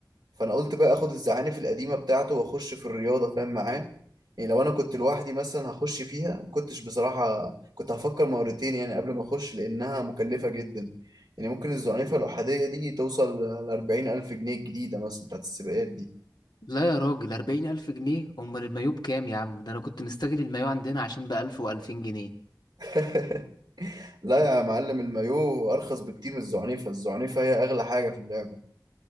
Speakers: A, on the right; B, on the left.
A: فانا قلت بقى اخد الزعانف القديمه بتاعته واخش في الرياضه فاهم معاه يعني لو انا كنت لوحدي مثلا هخش فيها ما كنتش بصراحه كنت هفكر مرتين يعني قبل ما اخش لانها مكلفه جدا يعني ممكن الزعنفه الاحاديه دي توصل ل 40000 جنيه الجديده مثلا بتاعت السباقات دي
B: لا يا راجل أربعين ألف جنيه أمال المايوه بكام يا عم ده أنا كنت مستغل المايوه عندنا عشان بألف وألفين جنيه
A: <laughs> لا يا معلم المايو ارخص بكتير من الزعنفه الزعنفه هي اغلى حاجه في اللعبه